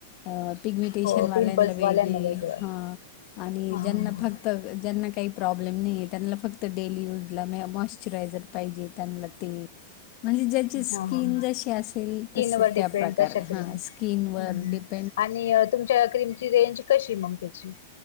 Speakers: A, on the left (about 50°); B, on the left (about 75°).
A: अ पिगमिटेशन
B: हो
A: वाल्यांना
B: पिंपल्स
A: वेगळी.
B: वेगळं
A: हा. आणि
B: हा
A: ज्यांना
B: हा ह
A: फक्त, ज्यांना काही प्रॉब्लेम नाही, त्यांना फक्त डेली यूज ला मॉशचरायझर पाहिजे त्यानला ते म्हणजे ज्याची स्किन
B: हा हा ह
A: जशी असेल
B: स्किन
A: तस
B: वर डिपेंड
A: त्या प्रकारे.
B: तशा क्रीम
A: हा
B: हम्म
A: स्किनवर
B: हम्म
A: डीप
B: आणि तुमच्या क्रीमची रेंज कशी? मग त्याची.